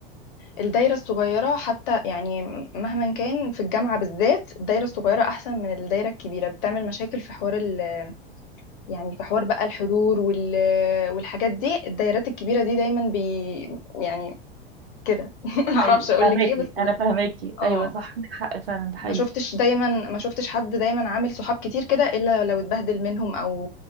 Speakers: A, on the left (about 60°); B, on the right (about 75°).
A: الدايرة الصغيرة حتى يعني مهما كان في الجامعة بالذات الدايرة الصغيرة أحسن من الدايرة الكبيرة بتعمل مشاكل في حوار ال يعني في حوار بقى الحضور وال والحاجات دي الدايرات الكبيرة دي دايما بي يعني كده <laughs>
B: ده
A: معرفش
B: حقيقي
A: أقولك
B: فهماكي
A: إيه بس بت...
B: انا فهماكي
A: اه
B: ايوه صح عندك حق فعلا ده حقيقي
A: ما شفتش دايما ما شفتش حد دايما عامل صحاب كتير كده إلا لو اتبهدل منهم أو